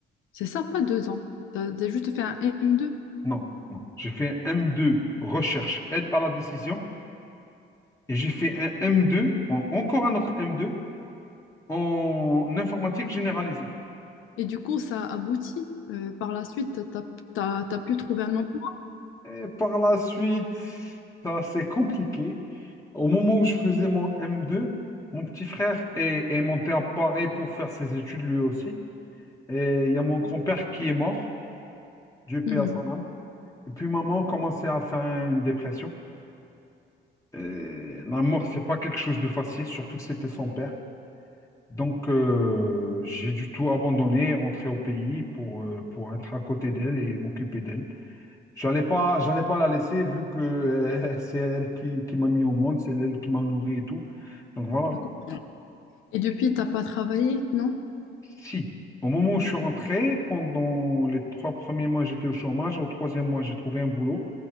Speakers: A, on the left; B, on the left.
A: C'est ça, pas deux ans. Tu as, juste fait un M2.
B: Non, non. J'ai fait un M2, recherche, aide à la décision. Et j'ai fait un M2, en- encore un autre M2, en informatique généralisée.
A: Et du coup, ça aboutit. Euh, par la suite, tu as, pu trouver un emploi.
B: Et par la suite, ça c'est compliqué. Au moment où je faisais mon M2, mon petit frère est, est monté à Paris pour faire ses études lui aussi. Et il y a mon grand-père qui est mort, Dieu
A: Hmm,
B: paix à son âme. Et puis maman commençait à faire une dépression. Et la mort, c'est pas quelque chose de facile, surtout que c'était son père. Donc, euh, j'ai du tout abandonné, rentré au pays pour, euh, pour être à côté d'elle et m'occuper d'elle. J'allais pas, j'allais pas la laisser vu que euh, <laughs> c'est elle qui, qui m'a mis au monde, c'est elle qui m'a nourri et tout. Donc voilà.
A: d'accord. Et depuis, t'as pas travaillé, non?
B: Si, au moment où je suis rentré, pendant les trois premiers mois, j'étais au chômage. Au troisième mois, j'ai trouvé un boulot